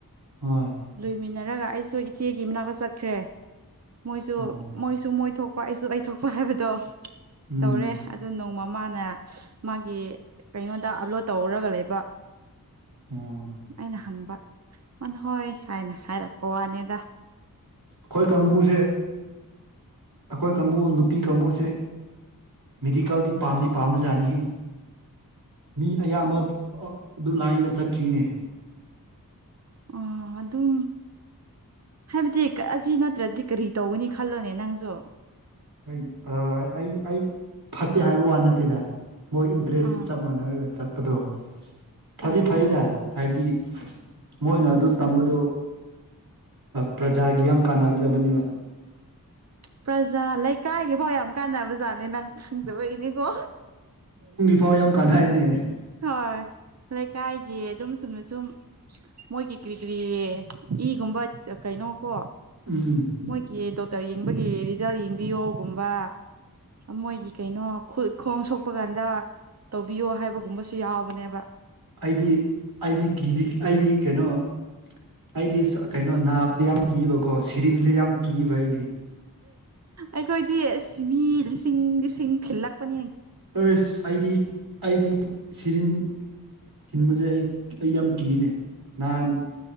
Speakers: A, on the right; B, on the right.
A: ꯍꯣꯏ
B: ꯂꯣꯏꯃꯤꯟꯅꯔꯒ ꯑꯩꯁꯨ ꯏꯆꯦꯒꯤ ꯃꯅꯥꯛꯇ ꯆꯠꯈ꯭ꯔꯦ ꯃꯣꯏꯁꯨ
A: ꯑꯣ
B: ꯃꯣꯏꯁꯨ ꯃꯣꯏ ꯊꯣꯛ ꯄ ꯑꯩꯁꯨ ꯑꯩ ꯊꯣꯛꯄ ꯍꯥꯏꯕꯗꯣ
A: ꯎꯝ
B: ꯇꯧꯔꯦ ꯑꯗꯨ ꯅꯣꯡꯃ ꯃꯥꯥꯅ ꯃꯥꯒꯤ ꯀꯩꯅꯣꯗ ꯑꯞꯂꯣꯠ ꯇꯧꯔꯒ ꯂꯩꯕ
A: ꯑꯣ
B: ꯑꯩꯅ ꯍꯪꯕ ꯃꯥꯅ ꯍꯣꯏ ꯍꯥꯏꯅ ꯍꯥꯏꯔꯛꯄ ꯋꯥꯅꯦꯗ
A: ꯑꯩꯈꯣꯏ ꯀꯥꯡꯕꯨꯁꯦ ꯑꯩꯈꯣꯏ ꯀꯥꯡꯕꯨ ꯅꯨꯄꯤ ꯀꯥꯡꯕꯨꯁꯦ ꯃꯦꯗꯤꯀꯦꯜꯗꯤ ꯄꯥꯝꯗꯤ ꯄꯥꯝꯕ ꯖꯥꯅꯤꯍꯦ ꯃꯤ ꯑꯌꯥꯝꯕ ꯑꯥ ꯑꯗꯨ ꯂꯥꯏꯟꯗ ꯆꯠꯈꯤꯅꯦ
B: ꯑ ꯑꯗꯨꯝ ꯍꯥꯏꯕꯗꯤ ꯑꯁꯤ ꯅꯠꯇ꯭ꯔꯗꯤ ꯀꯔꯤ ꯇꯧꯒꯅꯤ ꯈꯜꯂꯣꯅꯦ ꯅꯪꯁꯨ
A: ꯑꯩ ꯑꯥ ꯑꯩ ꯑꯩ ꯐꯠꯇꯦ ꯍꯥꯏꯕ ꯋꯥ ꯅꯠꯇꯦꯗ ꯃꯣꯏ ꯏꯟꯇꯔꯦꯁꯁꯦ
B: ꯑꯥ
A: ꯆꯞ ꯃꯥꯟꯅꯔꯒ ꯆꯠꯄꯗꯣ ꯐꯗꯤ
B: ꯍꯣꯏ
A: ꯐꯩꯗꯥ ꯍꯥꯏꯕꯗꯤ ꯃꯣꯏꯅ ꯑꯗꯨ ꯇꯝꯕꯗꯨ ꯄ꯭ꯔꯖꯥꯒꯤ ꯌꯥꯝ ꯀꯥꯟꯅꯒꯗꯕꯅꯤꯕ
B: ꯄ꯭ꯔꯖꯥ ꯂꯩꯀꯥꯏꯒꯤ ꯐꯥꯎ ꯌꯥꯝ ꯀꯥꯟꯅꯕ ꯖꯥꯠꯅꯦ ꯅꯪ ꯈꯪꯗꯕꯒꯤꯅꯦꯀꯣ
A: ꯍꯥꯢ ꯌꯥꯝ ꯀꯥꯟꯍꯥꯏꯅꯦ
B: ꯍꯣꯏ ꯂꯩꯀꯥꯏꯒꯤ ꯑꯗꯨꯝ ꯆꯨꯝꯅ ꯁꯨꯝ ꯃꯣꯏꯒꯤ ꯀ꯭ꯔꯤ ꯀ꯭ꯔꯤ ꯏꯒꯨꯝꯕ ꯀꯩꯅꯣ ꯀꯣ
A: ꯎꯝ
B: ꯀꯤ ꯗꯣꯛꯇꯔ ꯌꯦꯡꯕꯒꯤ ꯔꯤꯖꯜ ꯌꯦꯡꯕꯤꯌꯣꯒꯨꯝꯕ ꯃꯣꯏꯒꯤ ꯀꯩꯅꯣ ꯈꯨꯠ ꯈꯣꯡ ꯁꯣꯛꯄ ꯀꯥꯟꯗ ꯇꯧꯕꯤꯌꯣ ꯍꯥꯏꯕꯒꯨꯝꯕꯁꯨ ꯌꯥꯎꯕꯅꯦꯕ
A: ꯑꯩꯗꯤ ꯑꯩꯗꯤ ꯀꯤꯗꯤ ꯑꯩꯗꯤ ꯀꯩꯅꯣ ꯑꯩꯗꯤ ꯀꯩꯅꯣ ꯅꯥ ꯌꯥꯝ ꯀꯤꯌꯦꯕꯀꯣ ꯁꯤꯔꯤꯟꯁꯦ ꯌꯥꯝ ꯀꯤꯌꯦꯕ ꯑꯩꯗꯤ
B: ꯑꯩꯈꯣꯏꯗꯤ ꯑꯁ ꯃꯤ ꯂꯤꯁꯤꯡ ꯂꯤꯁꯤꯡ ꯊꯤꯜꯂꯛꯄꯅꯤ
A: ꯑꯩꯁ ꯑꯩꯗꯤ ꯑꯩꯗꯤ ꯁꯤꯔꯤꯟ ꯊꯤꯟꯕꯁꯦ ꯑꯩ ꯑꯩ ꯌꯥꯝ ꯀꯤꯅꯦ ꯅꯍꯥꯟ